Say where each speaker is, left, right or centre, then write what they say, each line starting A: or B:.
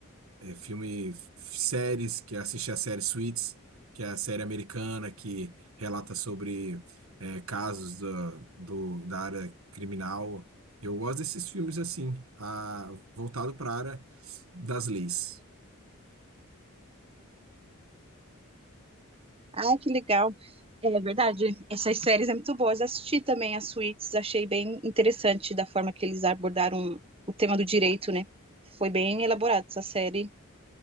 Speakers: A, on the right; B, on the right.
A: É, filme, f- séries, que assisti a série Suits, que é a série americana que relata sobre é, casos da do, da área criminal. Eu gosto desses filmes assim, a, voltado para a área das leis.
B: Ah, que legal. É verdade. Essas séries é muito boas. Assisti também as Suits, achei bem interessante da forma que eles abordaram o tema do direito, né? Foi bem elaborado essa série,